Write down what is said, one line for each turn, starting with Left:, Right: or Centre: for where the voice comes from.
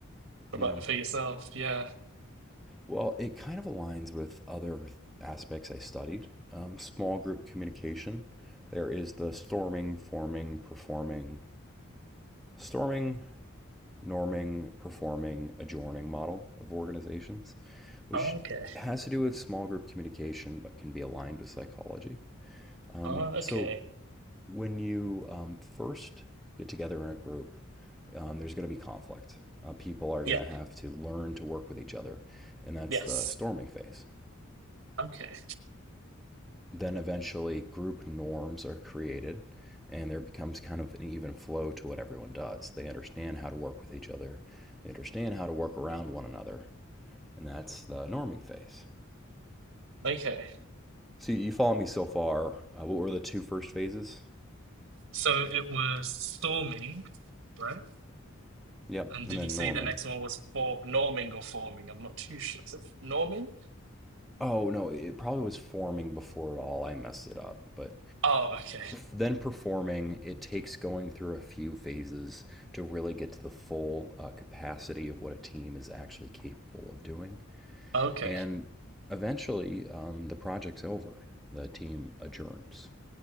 Right: What
Centre: Yeah.
Right: about for yourself? Yeah.
Centre: Well, it kind of aligns with other aspects I studied. Um, small group communication. There is the storming, forming, performing, storming, norming, performing, adjourning model of organizations, which
Right: Okay.
Centre: has to do with small group communication but can be aligned with psychology. Um,
Right: Oh, Okay.
Centre: so when you um, first get together in a group, um, there's going to be conflict. Uh, people are going
Right: Yeah.
Centre: to have to learn to work with each other, and that's
Right: Yes.
Centre: the storming phase.
Right: Okay.
Centre: Then eventually, group norms are created, and there becomes kind of an even flow to what everyone does. They understand how to work with each other, they understand how to work around one another, and that's the norming phase.
Right: Okay.
Centre: So, you follow me so far. Uh, what were the two first phases?
Right: So it was storming, right?
Centre: Yep,
Right: And did
Centre: and then
Right: he say
Centre: norming.
Right: the next one was for norming or forming? I'm not too sure. Is it norming?
Centre: Oh, no, it probably was forming before it all. I messed it up, but
Right: Oh, okay.
Centre: then performing, it takes going through a few phases to really get to the full uh, capacity of what a team is actually capable of doing.
Right: Okay.
Centre: And eventually, um, the project's over. The team adjourns.